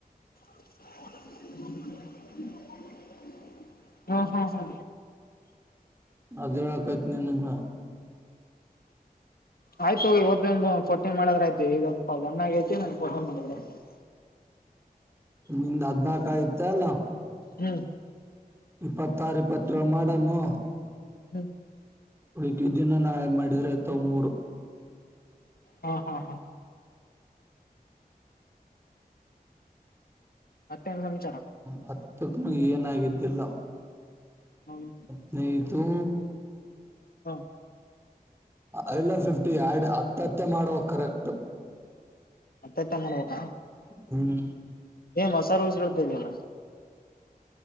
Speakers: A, on the left (about 70°); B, on the right (about 15°).
A: <inaudible> ಹ್ಮ ಹಾ ಹಾ
B: ಅದು ಹೇಳೋಕೆ ಆಯ್ತು ನಿನ್ನಿಂದ್ದ
A: ಆಯ್ತ ಹೋಗು ಇವತ್ತು ಫಟಿನ್ ಮಾಡದ್ರ ಆಯ್ತಿ ಈಗಪ ಒನ್ ಆಗೈತಿ ಫೋಟಿನ್ ಮಾಡತಿ <inaudible>
B: ನಿಂದ್ ಹದಿ ನಾಕು ಆಯ್ತ ಅಲ್ಲ
A: ಹ್ಮ್
B: ಇಪ್ಪತ್ತಾರು ಇಪ್ಪತ್ತೇಳು ಮಾಡಮ್ಮು
A: ಹ್ಮ್
B: ಮಿಕ್ಕಿದು ಇನ್ನ ನಾಳೆ ಮಾಡಿದ್ರ ಆಯ್ತ ಮೂರು
A: ಹಾ ಹಾ ಹಾ ಮತ್ತೇನ್ ಸಂಚಾರ
B: ಹತ್ತಕ್ಕನು ಏನಾಗಿದ್ದಿಲ್ಲ
A: ಹ್ಮ್
B: ಹದಿನೈದು
A: ಹಾ
B: ಎಲ್ಲ ಫಿಫ್ಟಿ ಆಡ್ ಹತ್ತತ್ಯೆ ಮಾಡುವ ಕರೆಕ್ಟ್
A: ಮತ್ತತ್ತ ಮಾಡ್ಬೇಕ
B: ಹ್ಮ್
A: ಏ ಹೊಸರು ಉಸರು ತ್ತಲ್ಲ